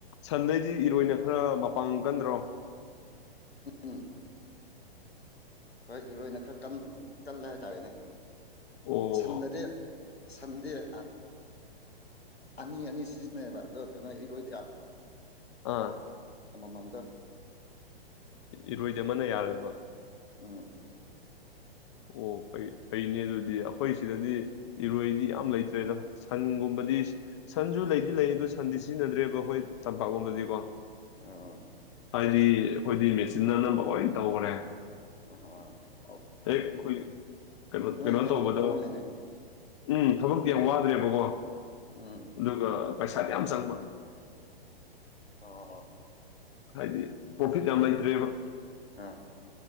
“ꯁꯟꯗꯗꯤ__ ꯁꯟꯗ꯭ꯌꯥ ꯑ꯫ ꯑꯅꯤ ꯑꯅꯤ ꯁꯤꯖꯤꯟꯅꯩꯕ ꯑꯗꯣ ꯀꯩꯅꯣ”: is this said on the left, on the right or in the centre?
Left